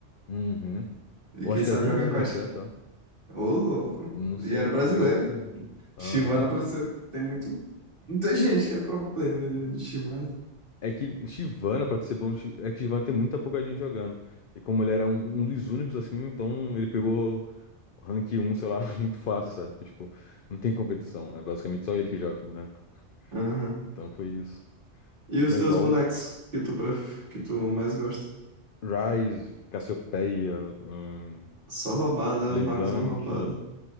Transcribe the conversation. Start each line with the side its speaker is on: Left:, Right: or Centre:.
Left: Uhum.
Right: E
Left: Eu
Right: quem
Left: acho
Right: sabe
Left: que era do
Right: jogar
Left: mundo
Right: com a...
Left: até,
Right: Sh-
Left: tá?
Right: Ô, louco.
Left: Não sei
Right: E era brasileiro.
Left: chegar nesse nível. Aham.
Right: Shyvana parece ser... tem muito... Muita gente que é pro player de de Shyvana.
Left: É que Chivana, pra ser bom, Chi- é que Chivana tem muita pouca gente jogando. E como ele era um, um dos únicos assim, então ele pegou o rank um sei lá, <laughs> muito fácil, sabe? Porque, tipo, não tem competição. É basicamente só ele que joga com o boneco.
Right: Aham.
Left: Então foi isso.
Right: E os
Left: Mas
Right: teus
Left: LOL,
Right: bonecos que tu, pref... que tu mais gosta?
Left: Ryze, Cassiopeia, hum,
Right: Só roubado, né?
Left: LeBlanc,
Right: Os magos são roubados.